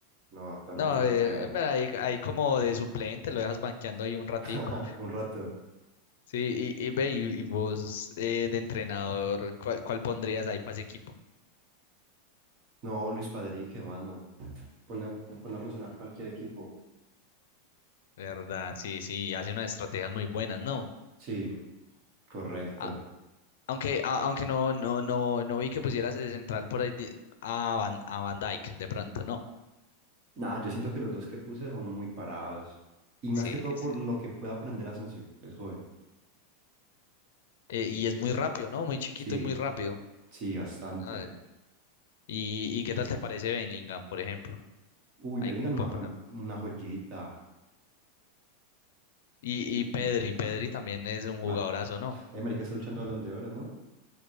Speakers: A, on the right (about 35°); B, on the left (about 75°).
A: no, actualmente
B: no,
A: no
B: eh,
A: creo.
B: pero ahí, ahí como de suplente lo dejas banqueando ahí un ratico.
A: <laughs> Un rato.
B: Sí, y, y ve, y, y vos eh, de entrenador, ¿cuál, cuál pondrías ahí para ese equipo?
A: No, Luis Padrí, qué mano. Pone, pone a funcionar cualquier equipo.
B: Verdad, sí, sí, hace unas estrategias muy buenas, ¿no?
A: Sí, correcto.
B: A- aunque, a- aunque no, no, no, no vi que pusieras de central por ahí di- a Van, a Van Dijk, de pronto, no.
A: Nah, yo siento que los dos que puse son muy parados. Y más
B: Sí,
A: que todo
B: sí.
A: por lo que puede aprender Asensio, que es joven.
B: Eh, y es muy rápido, ¿no? Muy chiquito
A: Sí,
B: y muy rápido.
A: sí, bastante.
B: Ah, y, ¿Y qué tal te parece Bellingham, por ejemplo?
A: Uy,
B: Ahí
A: Bellingham
B: como para
A: es una, joven-
B: ponerla.
A: una joyita.
B: Y, y Pedri, Pedri también es un jugadorazo,
A: Va.
B: ¿no?
A: Eh, marica está luchando Balón de Oro, ¿no?